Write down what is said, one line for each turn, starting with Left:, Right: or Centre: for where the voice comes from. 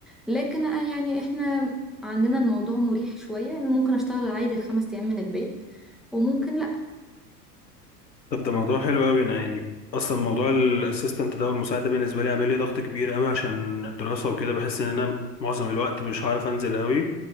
Centre: لكن آه، يعني احنا عندنا الموضوع مريح شوية ان ممكن اشتغل عادي الخمس ايام من البيت وممكن
Left: طب ده موضوع حلو قوي انا يعني اصلا موضوع الاسيستنت ده والمساعد ده بالنسبه لي عامل لي ضغط كبير قوي عشان الدراسه وكده بحس ان انا معظم الوقت مش هعرف انزل قوي